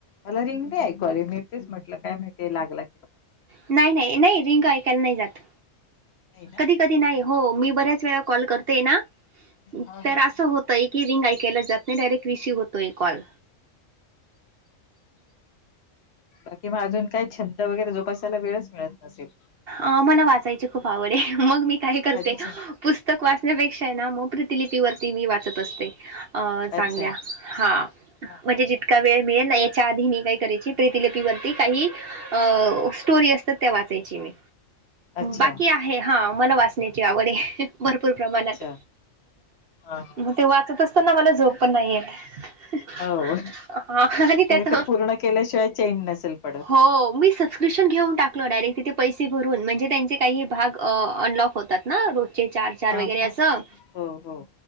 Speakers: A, on the left; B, on the right.
A: मला रिंग नाही ऐकू आली मी तेच म्हटलं काय माहिती लागला की
B: नाही, नाही, नाही रिंग ऐकायला नाही जात.
A: नाही ना.
B: कधी कधी नाही हो मी बऱ्याच वेळा कॉल करते ना
A: हा
B: तर
A: हा.
B: असं होत एकही रिंग ऐकायला जात नाही डायरेक्ट रिसीव होतोय कॉल.
A: बाकी मग अजून काय छंद वगैरे जोपासायला वेळच मिळत नसेल.
B: अ मला वाचायची खूप आवड आहे मग मी काय करते
A: अच्छा
B: पुस्तक वाचण्यापेक्षा आहे ना मग प्र ती लिपीवरती मी वाचत असते अं चांगल्या
A: अच्छा
B: हा
A: हा
B: म्हणजे
A: हा.
B: जितका वेळ मिळेल ना याच्या आधी मी काही करायची प्रति लिपी वरती काही अ स्टोरी असतात त्या वाचायची मी
A: अच्छा
B: बाकी आहे हा मला वाचण्याची आवडे भरपूर प्रमाणात
A: अच्छा हा हा
B: मग ते वाचत असताना मला झोप पण नाही येत.
A: हो
B: हा आणि त्यात
A: ते पूर्ण केल्याशिवाय चैन नसेल पडत.
B: हो मी बस्क्रप्शन घऊन टाकलं डायरेक्ट तिथे पसे भरून म्हणजे त्यांचे काही भाग अनलॉक होतात. ना रोजचे चार चार
A: हा
B: वगैरे
A: हा.
B: असं
A: हो हो